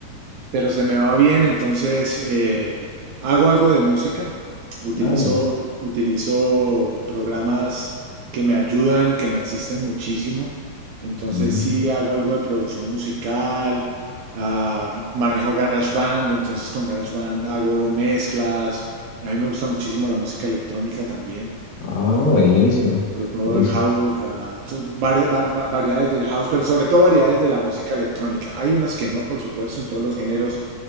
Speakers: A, on the right; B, on the left.
A: pero se me va bien, entonces eh, hago algo de música, utilizo,
B: nada bien.
A: utilizo programas que me ayudan, que me asisten muchísimo, entonces
B: Mm.
A: sí hago algo de producción musical, ah, manejo GarageBand, entonces con GarageBand hago mezclas, a mí me gusta muchísimo la música electrónica también.
B: Ah, buenísimo.
A: Sobre todo
B: Buenísimo.
A: el house, ah, so- vari- va- va- variedades del house, pero sobre todo variedades de la música electrónica. Hay unas que no, por supuesto, en todos los géneros,